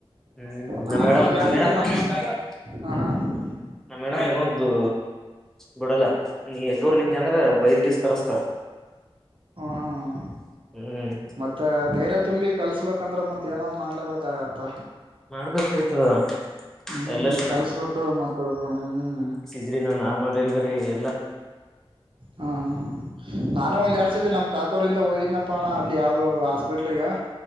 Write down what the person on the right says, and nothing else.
ನಾನು
ಒಂದ್ ಎರಡ್ ಸತಿ ನಮ್
ಹ ಹಾ ಹ್ಮ
ಹ್ಮ್
ಮತ್ತ ಧೈರ್ಯ ತುಂಬಿ ಕಲ್ಸ್ಬೇಕಂದ್ರೆ ಮತ್ತ್ ಏನೋ ಒಂದ್ ಮಾಡ್ಲೇಬೇಕಾಗತ್ತ.
ಹ್ಮ್
ಕಲ್ಸ್ಬೇಕು ಮತ್ತೊಬ್ರು ಹ್ಮ್.
ಹಾ ಹ ನಾನು ಒಂದ್ ಎರಡ್ ಸತಿ ನಮ್ ಕಾಕೋರಿಂದ ಹೋಗಿದ್ನಪ್ಪ ಅಣ್ಣ ಅಲ್ಲಿ ಯಾವ್ದೋ ಹಾಸ್ಪಿಟ್ಲ್ಗೆ